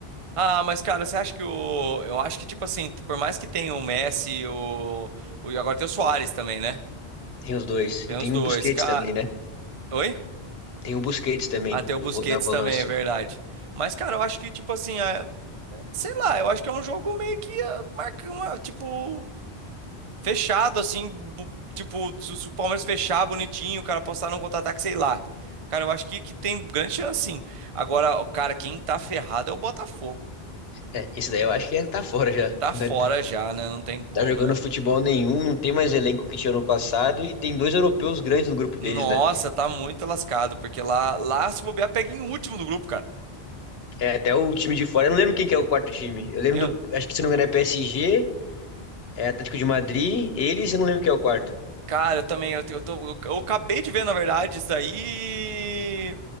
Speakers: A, on the right (about 45°); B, on the left (about 70°).
A: Ah, mas cara, você acha que o. Eu acho que, tipo assim, por mais que tenha o Messi, e o. o... e Agora tem o Suárez também, né?
B: Tem os dois.
A: Tem
B: E tem
A: os dois.
B: o Busquets
A: Cara...
B: também, né?
A: Oi?
B: Tem o Busquets também
A: Ah, tem
B: no
A: o Busquets
B: vo- na volância.
A: também, é verdade. Mas, cara, eu acho que, tipo assim, ah, sei lá, eu acho que é um jogo meio que ah, marca uma, tipo, fechado, assim, bu- tipo, se se o Palmeiras fechar bonitinho, o cara postar num contra-ataque, sei lá. Cara, eu acho que, que tem grande chance, sim. Agora, o cara, quem tá ferrado é o Botafogo.
B: É, esse daí eu acho que já tá fora já.
A: Tá
B: <laughs> Não
A: fora
B: é,
A: já, né? Não tem como,
B: tá jogando
A: né?
B: futebol nenhum, não tem mais elenco que tinha no passado e tem dois europeus grandes no grupo deles,
A: Nossa,
B: né?
A: tá muito lascado, porque lá, lá se bobear, pega em último do grupo, cara.
B: É, até o time de fora. Eu não lembro quem que é o quarto time. Eu lembro
A: Eu-
B: do. Acho que se não me engano é PSG, é Atlético de Madrid, eles, eu não lembro quem é o quarto.
A: cara, eu também, eu, te- eu tô, eu, eu acabei de ver, na verdade, isso daí